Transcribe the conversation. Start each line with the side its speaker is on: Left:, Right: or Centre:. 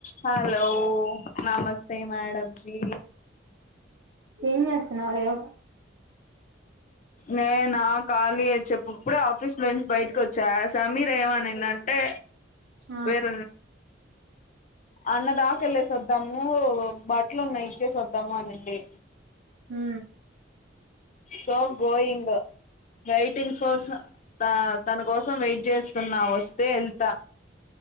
Left: Hello నమస్తే madam ji
Right: ఏం చేస్తానరు
Left: నేనా ఖాళీ వచ్చేప్పుప్పుడే ఆఫీస్ లోంచి బయటకు వచ్చా ఆ సమీర ఏమనిందంటే
Right: ఆ
Left: వేర అన్న దాకళ్లేసి వద్దాము బట్టలు ఉన్నా ఇచ్చేసి వద్దాము అనిండి
Right: ఉ
Left: సో గోయింగ్ వెయిటింగ్ ఫర్స్ తన కోసం వెయిట్ చేస్తున్నా వస్తే వెళ్తా